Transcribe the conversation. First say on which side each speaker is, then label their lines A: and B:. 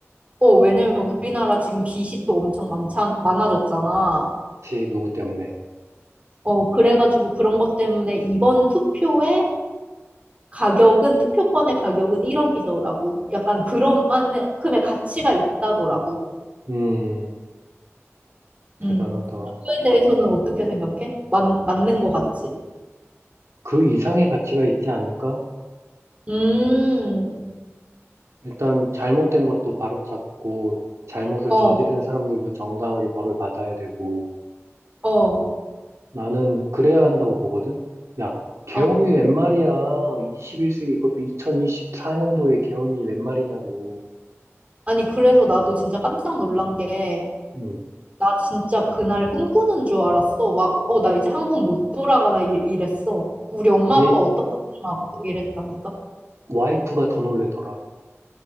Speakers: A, on the right; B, on the right.
A: 어, 왜냐면 우리나라 지금 빚이 또 엄청 많자, 많아졌잖아.
B: 혹시 누구 때문에?
A: 어, 그래가지고 그런 것 때문에 이번 투표의 가격은, 투표권의 가격은 1억이더라고. 약간 그런 만큼의 가치가 있다더라고.
B: 음, 대단하다.
A: 음. 그거에 대해서는 어떻게 생각해? 맞, 맞는 것 같지?
B: 그 이상의 가치가 있지 않을까?
A: 음,
B: 일단 잘못된 것도 바로잡고 잘못을
A: 어,
B: 저지른 사람들도 정당하게 벌을 받아야 되고
A: 어.
B: 나는 그래야 한다고 보거든. 야, 계엄이
A: 아,
B: 웬 말이야. 21세기 이것도 2024년도에 계엄이 웬 말이냐고.
A: 아니, 그래서 나도 진짜 깜짝 놀란 게,
B: 음.
A: 나 진짜 그날 꿈꾸는 줄 알았어. 막, 어, 나 이제 한국 못 돌아가나 이, 이랬어. 우리 엄마
B: 내
A: 아빠 어떡하지? 막 이랬다니까.
B: 와이프가 더 놀래더라.